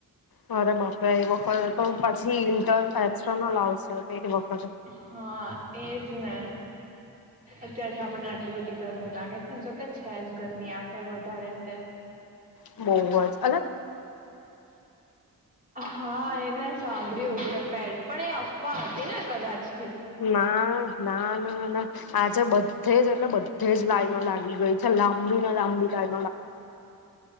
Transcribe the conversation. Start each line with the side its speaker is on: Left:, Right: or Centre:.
Left: અરે બાપરે એ તો પછી ઇન્ટ એક્સટર્નલ આવશે તે વ
Right: હા એજ ને. અત્યારથી આપણને આટલી બધી ગરમી લાગે છે ને જોકે છે જ ગરમી આફેર વધારે તે.
Left: બવજ.
Right: હા એ મેં સાંભળ્યું કે પે પણ એ અફવા હતી ને કદાચ.
Left: ના ના ના ના આજે બધે જ એટલે બ ધે જ લાઈનો લાગી ગઈ છે લાંબી ને લાંબી લાઇન.